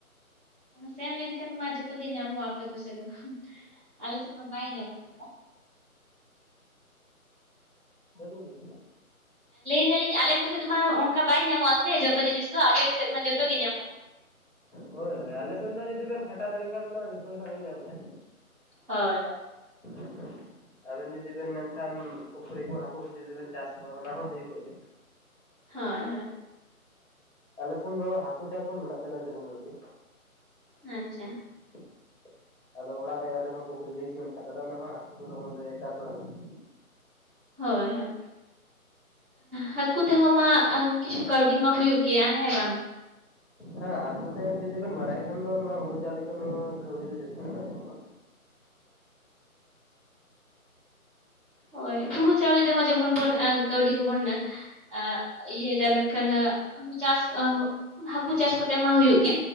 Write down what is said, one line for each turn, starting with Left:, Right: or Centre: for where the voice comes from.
Centre: ᱥᱮᱱ ᱞᱮᱱᱠᱷᱟᱱ ᱢᱟ ᱡᱚᱛᱚᱜᱮ ᱧᱟᱢᱚᱜᱼᱟ ᱟᱯᱮ ᱠᱚᱥᱮᱫ ᱫᱚ ᱟᱞᱮ ᱥᱮᱫ ᱢᱟ ᱵᱟᱭ ᱧᱟᱢᱚᱜᱼᱟ᱾
Left: ᱵᱟᱞᱤᱧ ᱵᱩᱡ
Centre: ᱢᱮᱱ ᱮᱞᱤᱧ ᱟᱞᱮ ᱥᱮᱫ ᱫᱚ ᱢᱟ ᱚᱱᱠᱟ ᱵᱟᱭ ᱧᱟᱢᱚᱜᱼᱟ, ᱥᱮ ᱡᱚᱛᱚ ᱡᱤᱱᱤᱥ ᱫᱚ ᱟᱯᱮ ᱠᱚ ᱥᱮᱫ ᱢᱟ ᱡᱚᱛᱚ ᱜᱮ ᱧᱟᱢᱚᱜ᱾
Left: ᱦᱳᱭ ᱟᱞᱮ ᱥᱮᱱ ᱫᱚ ᱡᱩᱫᱤ ᱵᱮᱱ ᱠᱷᱟᱴᱟᱣ ᱫᱟᱲᱮᱭᱟᱜ ᱠᱷᱟᱱ ᱫᱚ ᱦᱟᱸᱜ ᱡᱚᱛᱚ ᱜᱮ ᱟᱸᱱᱟᱜ ᱵᱮᱱ ᱧᱟᱢᱮᱫᱼᱟ᱾
Centre: ᱦᱳᱭ ᱦᱳᱭ᱾
Left: <inaudible> ᱟᱵᱮᱱ ᱡᱩᱫᱤ ᱵᱮᱱ ᱢᱮᱱᱠᱷᱟᱱ ᱯᱩᱠᱷᱨᱤ ᱠᱚ ᱦᱟᱹᱠᱩ ᱠᱚ ᱡᱩᱫᱤ ᱵᱮᱱ ᱪᱟᱥ ᱠᱚᱣᱟ ᱚᱱᱟ ᱦᱚᱸ ᱦᱩᱭᱩᱜᱚᱜ ᱜᱮᱭᱟ᱾
Centre: ᱦᱳᱭ ᱦᱳᱭ᱾
Left: ᱟᱞᱮ ᱥᱮᱱ ᱫᱚ ᱦᱟᱹᱠᱩ ᱪᱟᱥ ᱦᱚᱸ ᱢᱮᱱᱟᱜ ᱠᱟᱫᱟ ᱟᱹᱰᱤ ᱨᱟᱜᱤ ᱜᱮ᱾
Centre: ᱟᱪᱪᱷᱟ᱾
Left: <inaudible> ᱟᱫᱚ ᱚᱲᱟᱜ ᱨᱮ ᱟᱞᱮ ᱦᱚᱸ ᱯᱩᱠᱷᱨᱤ ᱞᱤᱥ ᱢᱮᱱᱟᱜ ᱟᱠᱟᱫᱟ ᱚᱱᱟ ᱦᱚᱸ ᱦᱟᱹᱠᱩ ᱜᱚᱜᱮ ᱦᱚᱸᱞᱮ ᱪᱟᱥ ᱵᱟᱲᱟ ᱠᱚᱜᱮᱭᱟ᱾
Centre: ᱦᱳᱭ ᱦᱳᱭ ᱦᱟᱹᱠᱩ ᱛᱮᱦᱚᱸ ᱢᱟ ᱠᱤᱪᱷᱩ ᱠᱟᱹᱣᱰᱤ ᱢᱟ ᱦᱩᱭᱩᱜ ᱜᱮᱭᱟ ᱦᱮᱸ ᱵᱟᱝ?
Left: ᱦᱮᱸ ᱦᱟᱹᱠᱩ ᱛᱮ ᱡᱩᱫᱤ ᱵᱮᱱ ᱵᱟᱲᱟᱭ ᱠᱷᱟᱱ ᱫᱚ ᱱᱚᱣᱟ ᱦᱩᱲᱩ ᱠᱚ ᱠᱟᱹᱣᱰᱤ ᱠᱷᱚᱱ ᱫᱚ ᱡᱟᱹᱥᱛᱤ ᱜᱮ ᱧᱟᱢᱚᱜᱼᱟ᱾
Centre: ᱦᱳᱭ ᱦᱩᱲᱩ ᱪᱟᱣᱞᱮ ᱨᱮᱦᱚᱸ ᱡᱮᱢᱚᱱ ᱵᱮᱱ ᱮ ᱠᱟᱹᱣᱰᱤ ᱠᱚ ᱵᱚᱱ ᱮ ᱟᱜ ᱤᱭᱟᱹᱭᱫᱟᱭ ᱢᱮᱱᱠᱷᱟᱱ ᱪᱟᱥ ᱦᱟᱹᱠᱩ ᱪᱟᱥ ᱠᱚᱛᱮ ᱢᱟ ᱦᱩᱭᱩᱜ ᱜᱮ,